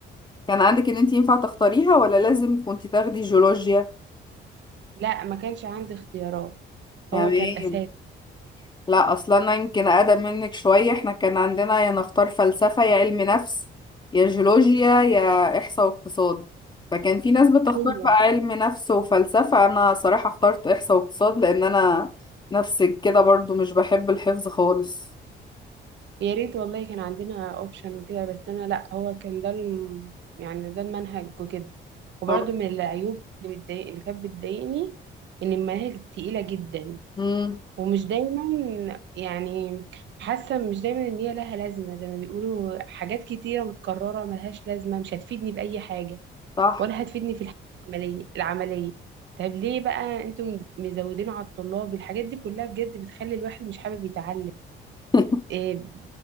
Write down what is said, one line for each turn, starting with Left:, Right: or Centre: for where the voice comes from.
Left: كان عندك ان انت ينفع تختاريها ولا لازم كنت تاخدي جيولوجيا
Right: لا ما كانش عندي اختيارات
Left: تمام
Right: هو كانت اساس
Left: لا اصلا انا يمكن اقدم منك شويه احنا كان عندنا يا نختار فلسفه يا علم نفس يا جيولوجيا يا احصاء واقتصاد فكان في ناس بتختار
Right: ايوه
Left: بقى علم نفس وفلسفه انا صراحه اخترت احصاء واقتصاد لان انا نفسك كده برضو مش بحب الحفظ خالص
Right: يا ريت والله كان عندنا اوبشن وكده بس انا لا هو كان ده الم... يعني ده المنهج وكده وبرده
Left: اه
Right: من العيوب اللي بتضايق اللي كانت بتضايقني ان المناهج تقيله جدا
Left: امم
Right: ومش دايما يعني حاسه مش دايما ان هي لها لازمه زي ما بيقولوا حاجات كتيره متكرره ملهاش لازمه مش هتفيدني باي حاجه
Left: صح
Right: ولا هتفيدني في الحياه العمليه العمليه طب ليه بقى انتم مزودين على الطلاب الحاجات دي كلها بجد بتخلي الواحد مش حابب يتعلم
Left: <laughs>
Right: آه،